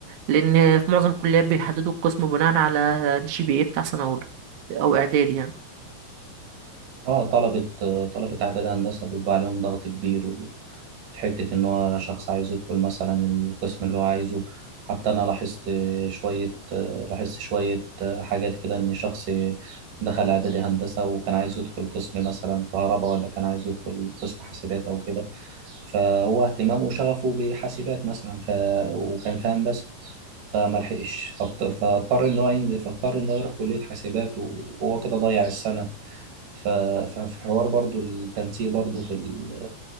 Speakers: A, on the right; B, on the right.
A: لأن في معظم الكليات بيحددوا القسم بناء على الجي بي إيه بتاع سنة أولى أو إعدادي يعني
B: اه طلبة طلبة اعداد هندسة بيبقى عليهم ضغط كبير وفي حتة ان هو شخص عايز يدخل مثلا القسم اللي هو عايزه حتى انا لاحظت شوية لاحظت شوية حاجات كده ان شخص دخل اعدادي هندسة وكان عايز يدخل قسم مثلا كهرباء ولا كان عايز يدخل قسم حاسبات او كده فهو اهتمامه وشغفه بحاسبات مثلا ف... وكان في هندسة فما لحقش فاضطر فاضطر ان هو ينزل فاضطر ان هو يروح كلية حاسبات وهو كده ضيع السنة ف- ففي حوار برضو التنسيق برضو في ال...